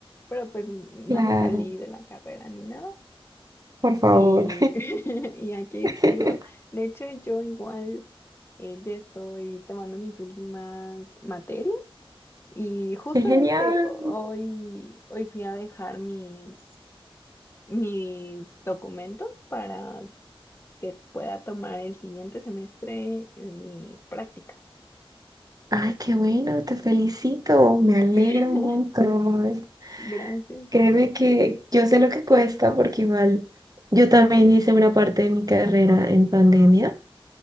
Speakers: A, on the left (about 25°); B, on the right (about 40°).
A: pero pues no
B: Claro,
A: me salí de la carrera ni nada.
B: por favor.
A: Y, <laughs> y aquí
B: <laughs>
A: sigo.
B: Qué
A: De hecho, yo igual eh, ya estoy tomando mis últimas materias y justamente
B: genial.
A: hoy, hoy fui a dejar mis, mis documentos para que pueda tomar el siguiente semestre mis prácticas.
B: Ay, qué bueno, te felicito, me alegra
A: <laughs>
B: un montón.
A: Gracias.
B: Créeme que yo sé lo que cuesta porque igual yo también hice una parte de mi carrera en pandemia.